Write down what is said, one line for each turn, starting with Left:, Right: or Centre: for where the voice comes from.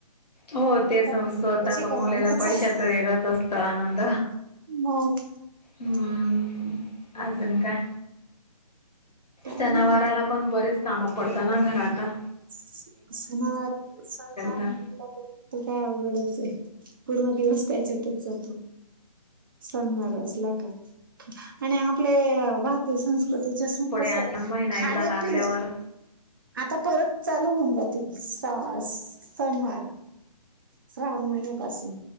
Left: हो तेच
Right: पैसे
Left: मग स्वतः कमवलेल्या
Right: कमवण्याचा
Left: पैशाचा वेगळाच असतो आनंद.
Right: <unintelligible>
Left: <unintelligible> अजून काय?
Right: काय
Left: सनावाराला
Right: नाही आता
Left: पण बरेच काम पडता ना घराता.
Right: सण सनवारा, सनवार
Left: तर
Right: <unintelligible> काय अवघडचय. पूर्ण दिवस त्याच्यातच जातो. सनवार असला का. आणि आपले भारतीय संस्क त्याच्या <unintelligible> सून
Left: पुढे
Right: कस
Left: आणि
Right: आहे
Left: महिना
Right: खाणे-
Left: एकदा लागल्यावर
Right: पिणे आता परत चालू होऊन जातील, सा सनवार. श्रावण महिन्यापासून.